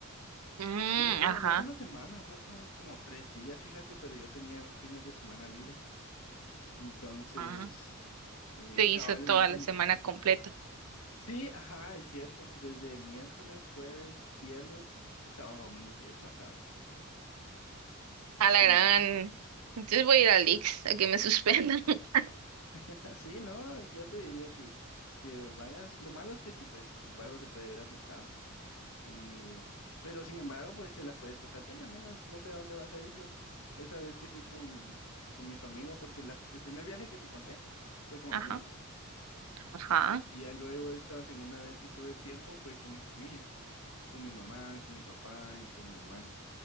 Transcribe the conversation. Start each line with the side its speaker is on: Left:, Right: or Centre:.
Right: Mm,
Left: No, bueno,
Right: ajá,
Left: no fue una semana, fue como, como tres días, fíjate, pero yo tenía fines de semana libres. Entonces,
Right: ajá.
Left: eh,
Right: Se hizo
Left: cabal
Right: toda
Left: le dije
Right: la
Left: a mi
Right: semana
Left: familia.
Right: completa.
Left: Sí, ajá, es cierto. Desde miércoles, jueves, viernes, sábado, domingo que descansaba.
Right: A la
Left: Pues,
Right: gran. Entonces voy a ir a Lix a que me suspendan. <laughs>
Left: <laughs> sí, no, yo te diría que, que vayas. Lo malo es que sí, pues tu pago se puede ver afectado. Y, eh, pero sin embargo, pues te la puedes pasar bien. Al menos no sé a dónde vas a ir. Yo esa vez que fui con, con mi familia, porque la- el primer viaje que te conté fue con
Right: Ajá,
Left: amigos.
Right: ajá.
Left: Y ya luego esta segunda vez que tuve tiempo fue con mi familia. con mi mamá, con mi papá y con mi hermano.